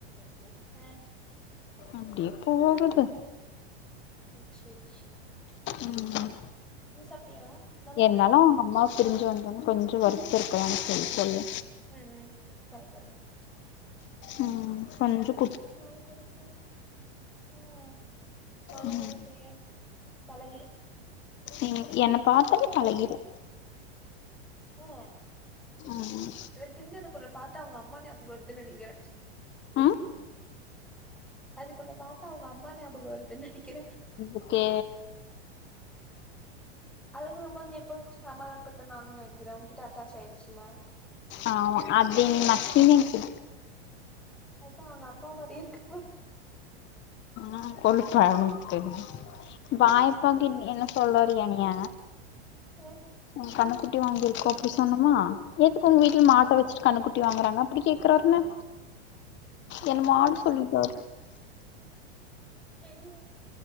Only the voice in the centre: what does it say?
<unintelligible>
ஓ சரி ச
சாப்ட்டியாடா என்ன பண்ற
ஆ ஆ கரெக்ட்டு
<unintelligible> ஆ போக
போக சரியாயிடு பழகிரு
ஓ
எனக்கு <unintelligible> பாத்தா அவங்க அம்மா ஞாபக வரதுன்னு நினைக்கிற
அதுக்கு உன்ன பாத்தா அவங்க அம்மா ஞாபக வருதுன்னு நினைக்கிறே
அதுக்கு ரொம்ப வந்து எப்போ சமாளாதனு பத்த நார்மலா எடுதுறே உங்ககிட்ட அட்டாச் ஆயிடுச்சுல்லா
அதா அவங்க அம்மா மாரி இருக்கு
ஆ
என்ன